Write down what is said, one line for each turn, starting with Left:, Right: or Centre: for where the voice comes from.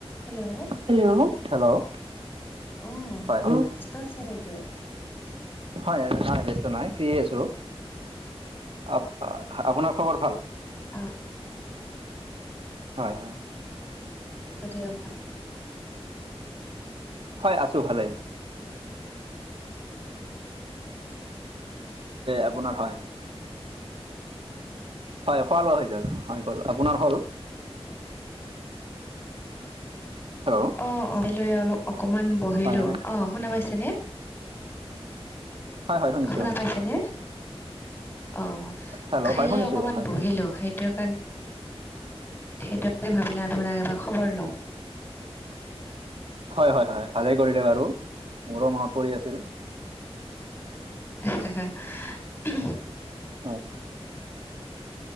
Left: Hello
Right: hello hello
Left: অ
Right: হয়,
Left: ব্যস্ত আছে নেকি
Right: হয় নাই ব্যস্ত নাই ফ্ৰী আছোঁ। আহ, আপোনাৰ খবৰ ভাল?
Left: অঁ
Right: হয় হয়।
Left: দিয়ক
Right: হয় আছোঁ ভালে। আপোনাৰ হয়। হয় খোৱা লোৱা হৈ গল? হয় গল, আপোনাৰ হ'ল? হেল্ল'
Left: অ অ', খাই লৈ অকমান বহিলো,
Right: হয় হয়
Left: অ' শুনা পাইছেনে?
Right: হয় হয় শুনিছো
Left: শুনা
Right: হয়
Left: পাইছেনে? অ',
Right: হেল্ল'
Left: খাই
Right: হয়
Left: লৈ
Right: শুনিছো
Left: অকমান
Right: হয়
Left: বহিলো। সেই সেই কাৰেণ সেইটোকে ভাবিলোঁ আপোনাক এবাৰ খবৰ লওঁ।
Right: হয় হয় হয়, ভালেই কৰিলে বাৰু, মোৰো মনত পৰি আছিল।
Left: হা হা উম।
Right: হয় হয়।